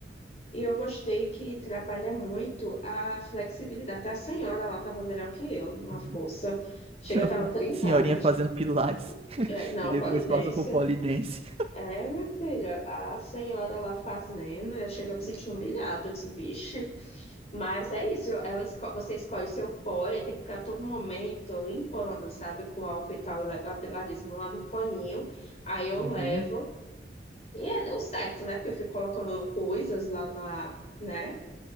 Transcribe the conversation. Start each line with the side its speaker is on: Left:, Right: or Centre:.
Left: e eu gostei que trabalha muito a flexibilidade. Até a senhora lá estava melhor que eu, numa
Right: Uhum.
Left: força. Chega,
Right: <laughs>
Left: estava trincada.
Right: Senhorinha
Left: tipo,
Right: fazendo pilates
Left: É, não,
Right: e depois
Left: pole dance.
Right: passa por polidense.
Left: É, minha filha, a senhora lá fazendo, eu chego a me sentir humilhada, eu disse, vixe. Mas é isso, ela esco- você escolhe seu pó e aí tem que ficar a todo momento limpando, sabe? Com álcool e tal. Eu levo a Pilates, não lava um paninho, aí eu
Right: Uhum.
Left: levo. E é o certo, né? Porque eu fico colocando coisas lá na, né?